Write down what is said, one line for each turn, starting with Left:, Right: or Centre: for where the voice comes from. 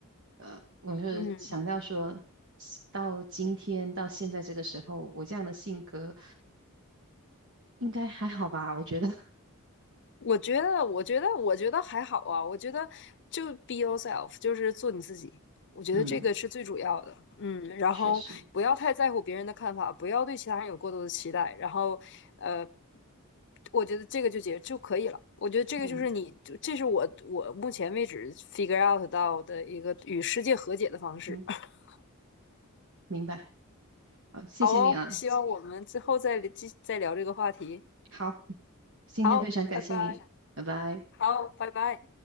Right: 呃，我是想到说，
Left: 嗯。
Right: 到今天到现在这个时候，我这样的性格应该还好吧？我觉得，<laughs>
Left: 我觉得，我觉得，我觉得还好啊。我觉得就 be yourself，就是做你自己。我觉得这个是最主要的。
Right: 嗯，
Left: 嗯，然后不要太在乎别人的看法，
Right: 确实，
Left: 不要对其他人有过多的期待。然后，呃，我觉得这个就解就可以了。我觉得这个就是你，
Right: 嗯
Left: 就这是我我目前为止 figure out 到的一个与世界和解的方式。
Right: 嗯，
Left: <laughs>
Right: 明白。好，谢谢你啊。
Left: 好哦，希望我们之后再继再聊这个话题。
Right: 好，今天非常感谢你，
Left: 好，拜拜。
Right: 拜拜。
Left: 好，拜拜。